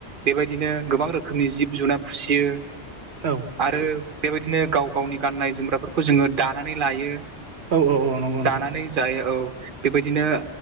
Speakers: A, on the right (about 50°); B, on the right (about 65°).
A: बेबायदिनो गोबां रोखोमनि जिब जुनार फिसियो
B: औ
A: आरो बेबायदिनो गाव गावनि गाननाय जोमग्राफोरखौ जोङो दानानै लायो
B: औ औ नंगौ नोंथां
A: दानानै जायो औ बेबायदिनो